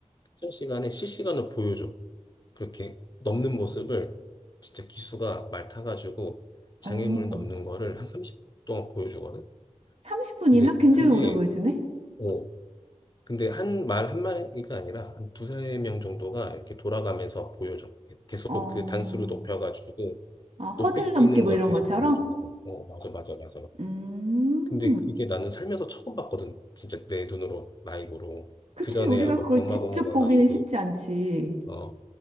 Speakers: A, on the left; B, on the right.
A: 특정 시간에 실시간으로 보여줘. 그렇게 넘는 모습을 진짜 기수가 말 타가지고 장애물
B: 어.
A: 넘는 거를 한 30분 동안 보여주거든.
B: 30분이나?
A: 근데
B: 굉장히
A: 그게
B: 오래 보여주네?
A: 어, 근데 한 말 한마디가 아니라 한 두세 명 정도가 이렇게 돌아가면서 보여줘. 계속
B: 어,
A: 그 단수를 높여가지고
B: 아, 허들
A: 높이
B: 넘기
A: 뛰는
B: 뭐
A: 걸
B: 이런
A: 계속
B: 것처럼?
A: 보여준다. 막. 어, 맞아, 맞아, 맞아.
B: 음.
A: 근데 그게 나는 살면서 처음 봤거든. 진짜 내 눈으로, 라이브로.
B: 그치,
A: 그전에야
B: 우리가
A: 뭐
B: 그걸
A: 병마공원
B: 직접
A: 가가지고,
B: 보기는 쉽지 않지.
A: 어,